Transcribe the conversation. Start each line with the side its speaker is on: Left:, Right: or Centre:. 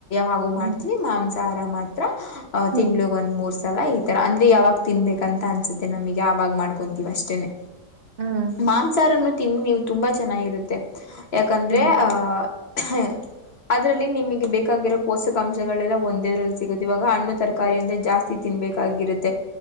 Left: ಹಾಗೋ
Right: ಹ್ಮ್
Left: ಮಾಡ್ತೀವಿ ಮಾ್ಯಂಸ ತಾರ ಮಾತ್ರ
Right: ಹ್ಮ್
Left: ತಿಂಗ್ಳಗ್ ಒಂದ್ ಮೂರ್ ಸ ಲ್ಲ ಈ ತರ ಅಂದ್ರೆ ಯಾವಾಗ ತಿನ್ಬೇಕ ಅಂತ ಅನ್ಸುತ್ತೆ ನಮಗೆ ಆಾಗ ಮಾಡ್ಕೊಂತೀವಿ ಅಷ್ಟೇನೆ
Right: ಹ್ಮ್
Left: ಮಾಂಸಾರ ತಿನ್ ನೀವು ತುಂಬಾ ಚೆನ್ನಾಗಿರುತ್ತೆ ಯಾಕಂದ್ರೆ
Right: ಹ್ಮ್
Left: ಆಹ ಹ ಅದ್ರಲ್ಲಿ ನಿಮಗೆ ಬೇಕಾಗಿರೋ ಪೋಷಕಾಂಶಗಳೆಲ್ಲ ಒಂದೇದ್ರಲ್ಲಿ ಸಿಗುತ್ತೆ ಇವಾಗ ಹಣ್ಣು ತರಕಾರಿ ಅಂದ್ರೆ ಜಾಸ್ತಿ ತಿನ್ಬೇಕಾಗಿರುತ್ತೆ